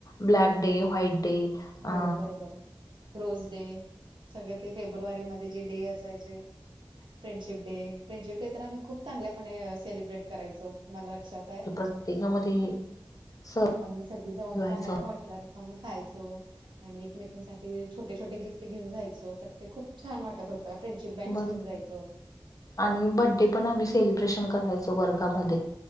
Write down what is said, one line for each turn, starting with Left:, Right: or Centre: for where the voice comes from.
Left: ब्लॅक डे, व्हाईट डे, अ
Right: हो बरोबर रोज डे सगळ ते फेब्रुवारी मध्ये जे डे असायचे फ्रेंडशिप डे फ्रेंडशिप डे तर आम्ही खूप चांगल्यापणे सेलिब्रेट करायचो मला लक्षात
Left: प्रत्येकामध्ये सहभागी
Right: आम्ही सगळी जाऊन
Left: व्हायचं
Right: बाहेर हाॅटेला हाॅटेलात जाऊन खायचो आणि एकमेकीनसाठी छोटे, छोटे गिफ्ट घेऊन जायचो तर ते खूप छान वाटत होत. फ्रेंडशिप बॅनडस
Left: बर
Right: घेवुन जायचो
Left: आणि बड्डे पण आम्ही सेलिब्रेशन करायचो वर्गामध्ये